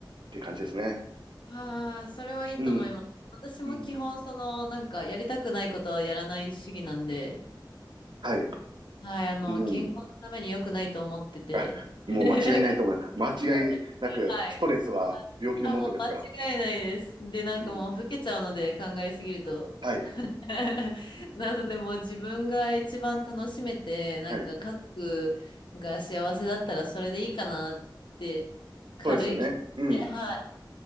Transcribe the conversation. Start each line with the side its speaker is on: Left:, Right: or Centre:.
Right: て感じですね。
Left: ああ、それはいいと思います。
Right: うん。
Left: 私も基本、
Right: うん。
Left: その、なんか、やりたくないことはやらない主義なんで、
Right: はい。
Left: はい、あの、
Right: うん。
Left: 健康のために良くないと思ってて。
Right: あ、もう間違いないと思います。
Left: <laughs> そうで
Right: 間違いなく、
Left: すはい。
Right: ストレスは病気のもとですから。
Left: あ、もう間違いないです。で、なんかもう、
Right: うん。
Left: 老けちゃうので、考えすぎると。
Right: はい。
Left: <laughs>
Right: うん。
Left: なのでもう自分が一番楽しめて、なんか家族が幸せだったらそれでいいかなって軽い気持ちで、
Right: はい。そうですよね。うん。
Left: はい。